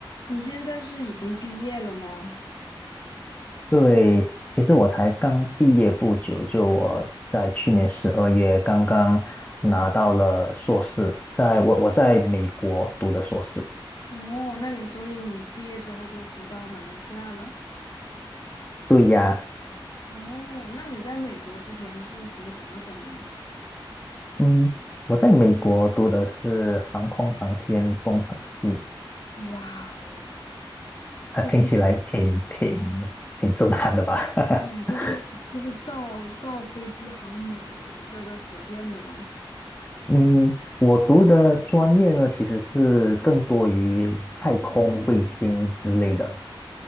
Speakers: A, on the left (about 55°); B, on the left (about 20°).
A: 你现在是已经毕业了吗？
B: 对，其实我才刚毕业不久，就我在去年十二月刚刚拿到了硕士，在我我在美国读的硕士。
A: 哦，那你所以你毕业之后就回到马来西亚了？
B: 对呀，
A: 哦，那你在美国之前是学什么专业的呀？
B: 嗯，我在美国读的是航空航天工程系，
A: 哇哦，
B: 啊，
A: 这是
B: 听起来挺挺挺震撼的吧？
A: 你这是这是造造飞机、
B: <laughs>
A: 航母那个火箭的吗？
B: 嗯，我读的专业呢，其实是更多于太空卫星之类的，